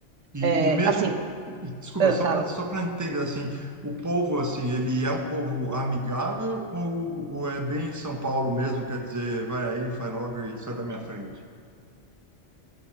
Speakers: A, on the right; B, on the right.
A: E,
B: É,
A: e mesmo,
B: assim,
A: e- desculpa,
B: ah,
A: só
B: fala.
A: para só para entender assim, o povo assim, ele é um povo amigável ou, ou é bem São Paulo mesmo, quer dizer, vai aí, faz logo e sai da minha frente.